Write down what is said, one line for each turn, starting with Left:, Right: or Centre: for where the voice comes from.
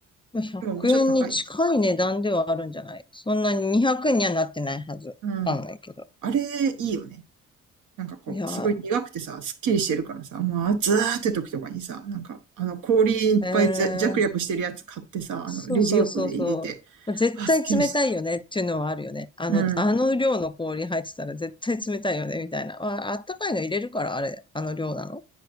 Left: まあ100円に近い値段ではあるんじゃないそんなに200円にはなってないはず。
Right: 今もうちょっと高い。うん。
Left: わかんないけど。
Right: あれ、いいよね。なんかこう、
Left: いや、
Right: すごい苦くてさ、すっきりしてるからさ、もう暑ーって時とかにさ、なんか、あの、氷いっぱいざジャクしてるやつ買ってさ、
Left: えーそうそうそうそう。
Right: あの、レジ横で入れて、
Left: 絶対冷たいよねっていうのはあるよね。
Right: あ、すっきりした。
Left: あの、
Right: うん。
Left: あの量の氷入ってたら絶対冷たいよねみたいな。まあ、あったかいの入れるからあれ、あの量なの